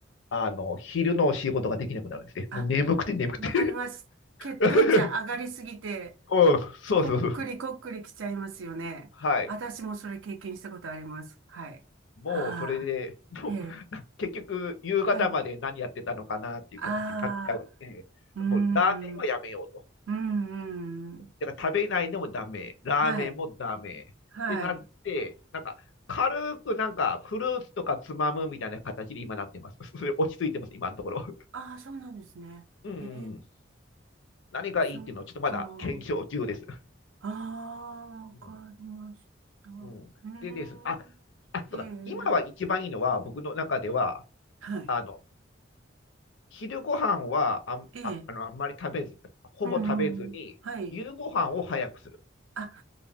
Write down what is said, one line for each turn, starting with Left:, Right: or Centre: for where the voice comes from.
Left: あの、昼の仕事ができなくなるんですね。
Right: あ、
Left: もう眠くて眠くて
Right: わかります。血糖値上がりすぎて、
Left: <laughs> うん、<laughs> そうそうそう。
Right: こっくりこっくりきちゃいますよね。
Left: はい。
Right: 私もそれ経験したことあります。はい。
Left: もうそれで、
Right: ああ、
Left: もう
Right: ええ、
Left: 結局夕方まで何やってたのかなっていう形になっちゃうんで、
Right: はい。ああ、うーん、
Left: もうラーメンはやめようと。
Right: うん、うん。
Left: だから食べないのもダメ、ラーメンもダメってなって、
Right: はい、はい。
Left: なんか軽くなんかフルーツとかつまむみたいな形で今なってます。<laughs> それ落ち着いてます、今のところ。
Right: ああ、そうなんですね。
Left: うん。
Right: へえ、
Left: 何がいいっていうのはちょっとまだ検証中です。
Right: そっか。ああ、わかりました。
Left: うん。
Right: うーん、
Left: うん、でですね、あ、あ、
Right: え
Left: そうだ、今は一番いいのは僕の中では、
Right: え、はい。
Left: あの、昼ご飯はあん、
Right: ええ、
Left: あ、あの、あんまり食べず、ほぼ食べずに、
Right: うん、うん、はい。
Left: 夕ご飯を早くする。
Right: あ、